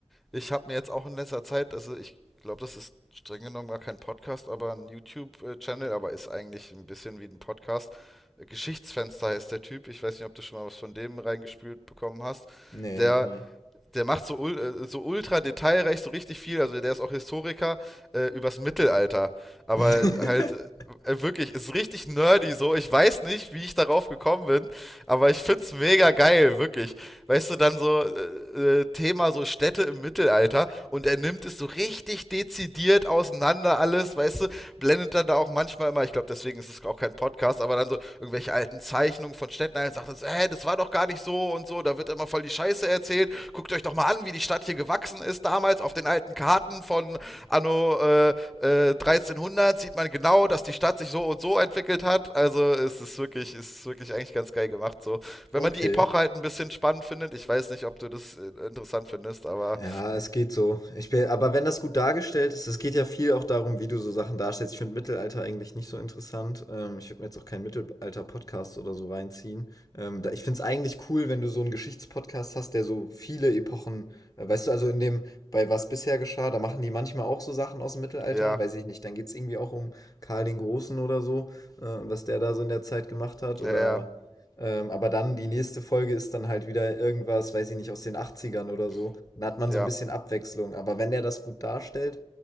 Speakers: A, in the centre; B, on the left (about 35°).
A: ich habe mir jetzt auch in letzter Zeit, also ich glaube, das ist streng genommen gar kein Podcast, aber ein YouTube-Channel, aber ist eigentlich ein bisschen wie ein Podcast. Äh, Geschichtsfenster heißt der Typ. Ich weiß nicht, ob du schon mal was von dem reingespült bekommen hast.
B: Nee,
A: Der
B: noch nie.
A: der macht so, äh, so ultra detailreich so richtig viel, also der ist auch Historiker, äh, übers Mittelalter. Aber
B: <laughs>
A: halt, äh, wirklich, ist richtig nerdy so. Ich weiß nicht, wie ich darauf gekommen bin, aber ich find's mega geil, wirklich. Weißt du, dann so äh, äh, Thema so Städte im Mittelalter und er nimmt es so richtig dezidiert auseinander alles, weißt du, blendet dann da auch manchmal immer, ich glaube, deswegen ist es auch kein Podcast, aber dann so irgendwelche alten Zeichnungen von Städten ein und sagt dann so, hä, das war doch gar nicht so und so, da wird immer voll die Scheiße erzählt. Guckt euch doch mal an, wie die Stadt hier gewachsen ist damals auf den alten Karten von Anno äh, äh, 1300 sieht man genau, dass die Stadt sich so und so entwickelt hat. Also es ist wirklich, es ist wirklich eigentlich ganz geil gemacht. So, wenn
B: okay.
A: man die Epoche halt ein bisschen spannend findet, ich weiß nicht, ob du das äh, interessant findest, aber
B: Ja, es geht so. Ich bin, aber wenn das gut dargestellt ist, es geht ja viel auch darum, wie du so Sachen darstellst. Ich finde Mittelalter eigentlich nicht so interessant. Ähm, ich würde mir jetzt auch keinen Mittelalter-Podcast oder so reinziehen. Ähm, da, ich finde es eigentlich cool, wenn du so einen Geschichtspodcast hast, der so viele Epochen, äh, weißt du, also in dem, bei was bisher geschah, da machen die manchmal auch so Sachen aus dem Mittelalter,
A: ja,
B: weiß ich nicht. Dann geht es irgendwie auch um Karl den Großen oder so, äh, was der da so in der Zeit gemacht hat oder
A: ja, ja,
B: ähm, aber dann die nächste Folge ist dann halt wieder irgendwas, weiß ich nicht, aus den Achtzigern oder so. Dann hat man
A: ja.
B: so ein bisschen Abwechslung. Aber wenn der das gut darstellt,